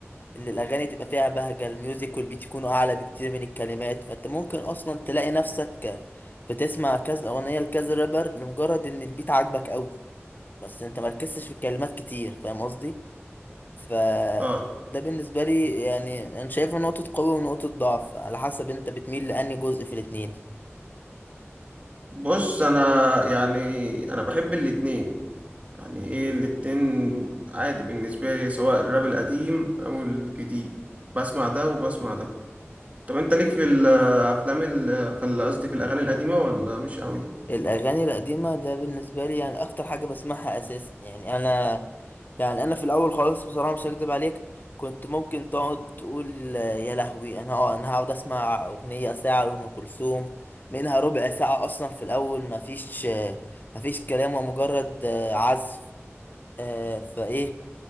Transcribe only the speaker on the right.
اه
بص انا يعني انا بحب الاتنين يعني ايه الاتنين عادي بالنسبة لي سواء الراب القديم او الجديد بسمع ده وبسمع ده طب انت ليك في الافلام ال- في ال- قصدي في الاغاني القديمة ولا مش قوي